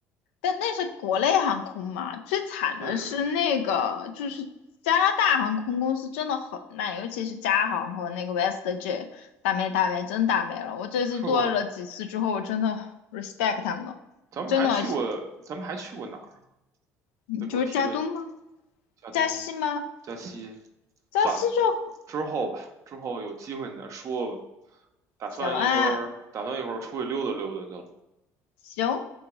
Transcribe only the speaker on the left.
但那是国内航空嘛，最惨的是那个，
就是加拿大航空公司真的很烂，尤其是加航和那个 WestJet，打没打没，真打没了。我这次做了几次之后，
我真的 <laughs> respect 他们了，
真的，
你就是加东吗？
加西吗？
加西就
行啊，
行，